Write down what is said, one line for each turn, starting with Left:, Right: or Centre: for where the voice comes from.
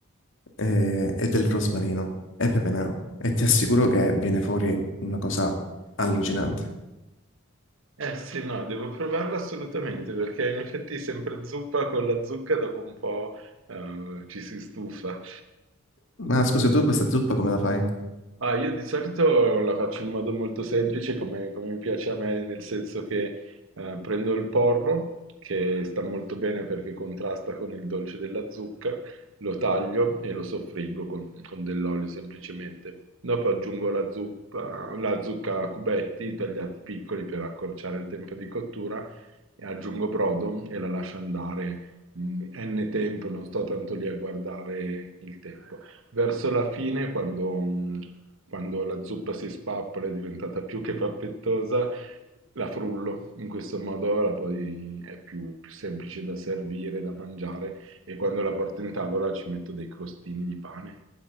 Left: eh, e, del rosmarino e pepe nero. E ti assicuro che viene fuori una cosa allucinante.
Right: Eh sì, no, devo provarlo assolutamente, perché in effetti sempre zuppa con la zucca dopo un po', ehm, ci si stufa.
Left: Ma scusa, tu questa zuppa come la fai?
Right: Ah, io di solito la faccio in modo molto semplice, come, come mi piace a me, nel senso che eh, prendo il porro, che sta molto bene perché contrasta con il dolce della zucca, lo taglio e lo soffriggo con, con dell'olio semplicemente. Dopo aggiungo la zuppa- la zucca a cubetti tagliati piccoli per accorciare il tempo di cottura e aggiungo brodo e la lascio andare mm, n tempo, non sto tanto lì a guardare il tempo. Verso la fine, quando, mm, quando la zuppa si spappola è diventata più che pappettosa, la frullo, in questo modo la poi è più, più semplice da servire, da mangiare e quando la porto in tavola ci metto dei crostini di pane.